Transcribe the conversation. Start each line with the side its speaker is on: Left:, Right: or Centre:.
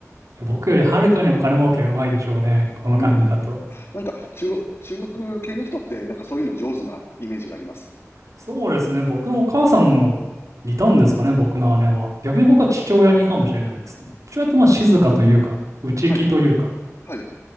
Right: いや、僕よりはるかにお金儲けはうまいでしょうね。この感じだと。
Left: うん。なんか、中国中国系の人って、なんかそういうの上手なイメージがあります。
Right: そうですね。僕もお母さんの似たんですかね、
Left: うん。
Right: 僕の姉は。逆に僕は父親にかもしれないですね。父親ってまあ静かというか、内気というか。
Left: はい。はい。